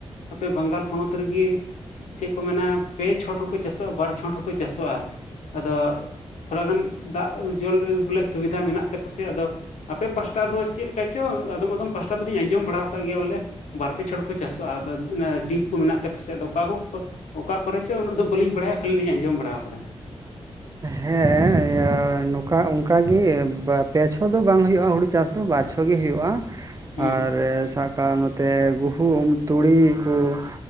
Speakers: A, on the left (about 80°); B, on the right (about 30°).
A: ᱟᱯᱮ ᱵᱟᱝᱜᱟᱞ ᱯᱚᱱᱚᱛ ᱨᱤᱜᱤ ᱾ ᱪᱮᱫ ᱠᱚ ᱢᱮᱱᱟ ᱯᱮ ᱪᱷᱚᱴ ᱦᱚᱸᱠᱚ ᱪᱟᱥᱚᱜᱼᱟ ᱵᱟᱨ ᱪᱷᱚᱴ ᱦᱚᱸᱠᱚ ᱪᱟᱥᱚᱜᱼᱟ ᱟᱫᱚ ᱾ ᱛᱷᱚᱲᱟ ᱜᱟᱱ ᱫᱟᱜ ᱡᱚᱞ ᱵᱚᱞᱮ ᱥᱩᱵᱤᱫᱷᱟ ᱢᱮᱱᱟᱜ ᱛᱮ ᱯᱟᱥᱮᱡ ᱟᱫᱚ ᱾ ᱟᱯᱮ ᱯᱟᱥᱴᱟ ᱫᱚ ᱪᱮᱫ ᱞᱮᱠᱟ ᱪᱚᱝ ᱟᱫᱚᱢ ᱟᱫᱚᱢ ᱯᱟᱥᱴᱟ ᱫᱩᱞᱤᱧ ᱟᱸᱡᱚᱢ ᱵᱟᱲᱟ ᱟᱠᱟᱫ ᱜᱮᱭᱟ ᱵᱚᱞᱮ ᱵᱟᱨ ᱯᱮ ᱪᱷᱚᱲ ᱪᱟᱥᱚᱜᱼᱟ ᱟᱫᱚ ᱚᱱᱮ ᱰᱤᱯ ᱠᱚ ᱢᱮᱱᱟᱜ ᱛᱟᱯᱮᱥᱮ ᱟᱫᱚ ᱚᱠᱟ <unintelligible> ᱚᱠᱟ ᱠᱚᱨᱮ ᱪᱚ ᱩᱱᱟᱹᱜ ᱫᱚ ᱵᱟᱹᱞᱤᱧ ᱵᱟᱲᱟᱭᱟ ᱠᱷᱟᱹᱞᱤ ᱞᱤᱧ ᱟᱸᱡᱚᱢ ᱵᱟᱲᱟᱣ ᱟᱠᱟᱫᱟ
B: ᱦᱮᱸᱻ ᱱᱚᱠᱟ ᱚᱱᱠᱟᱜᱤ ᱯᱮ ᱪᱷᱚ ᱫᱚ ᱵᱟᱝ ᱦᱩᱭᱩᱜᱼᱟ ᱦᱩᱲᱩ ᱪᱟᱥ ᱫᱚ ᱵᱟᱨᱪᱷᱚ, ᱵᱷᱟᱜᱮ ᱦᱩᱭᱩᱜᱼᱟ ᱟᱨ
A: ᱦᱩᱸ
B: ᱥᱟᱵ ᱠᱟᱜᱼᱟᱢ ᱱᱚᱛᱮ ᱜᱩᱦᱩᱢ ᱛᱩᱲᱤ ᱠᱩ